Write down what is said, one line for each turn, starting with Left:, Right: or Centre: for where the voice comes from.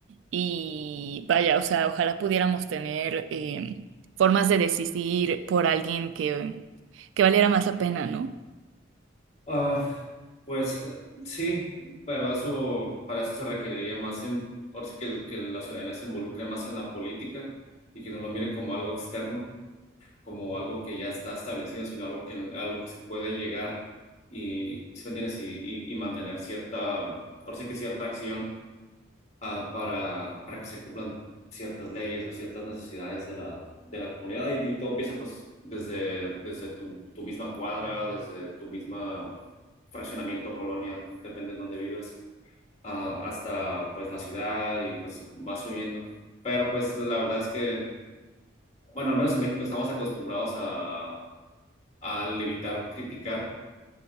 Right: y vaya, o sea, ojalá pudiéramos tener eh, formas de decidir por alguien que, que valiera más la pena, ¿no?
Left: Ah, pues eh, sí, pero eso, para eso se requeriría más, en, ahora sí que, el- que la ciudadanía se involucre más en la política y que no lo mire como algo externo como algo que ya está establecido, sino algo que, a lo que se puede llegar y, ¿sí me entiendes? Y, y- y mantener cierta, ahora sí que cierta acción ah, para, para que se cumplan ciertas leyes o ciertas necesidades de la, de la comunidad. Y, y todo empieza pues desde, desde tu, tu misma cuadra, desde tu misma fraccionamiento, colonia, depende de dónde vivas, ah, hasta pues la ciudad y pues va subiendo. Pero pues la verdad es que... Bueno, al menos en México estamos acostumbrados a, al evitar criticar.